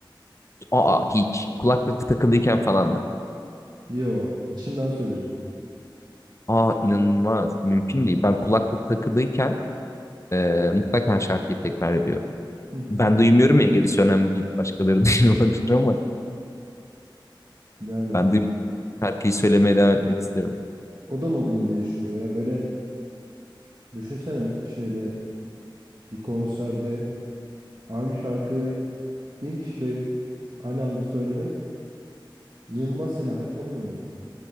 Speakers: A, on the left (about 35°); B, on the right (about 50°).
A: Aa hiç. Kulaklık takılıyken falan da.
B: Yo, içimden söylerim.
A: Aa inanılmaz. Mümkün değil. Ben kulaklık takılıyken e, mutlaka şarkıyı tekrar ediyorum.
B: Hı.
A: Ben duymuyorum ya gerisi önemli değil. Başkaları <laughs> duyuyor olabilir ama
B: Yani
A: ben duymuyorum. Şarkıyı söylemeye devam etmek isterim.
B: o da modunu değiştiriyor ya böyle Düşünsene şeyde bir konserde aynı şarkıyı bin kişiyle aynı anda söylemek inanılmaz seni hype'lamıyor mu?